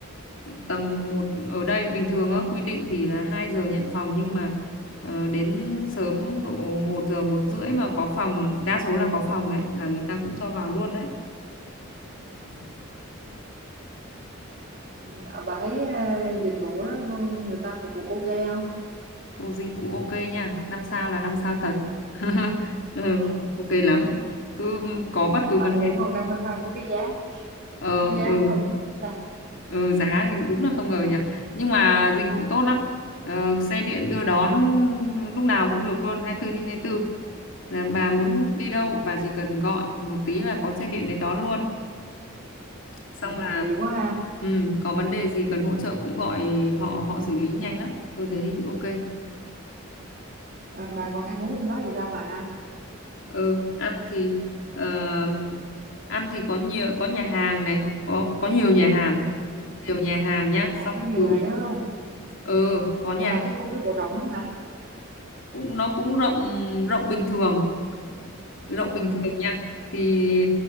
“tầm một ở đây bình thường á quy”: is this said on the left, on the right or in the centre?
Left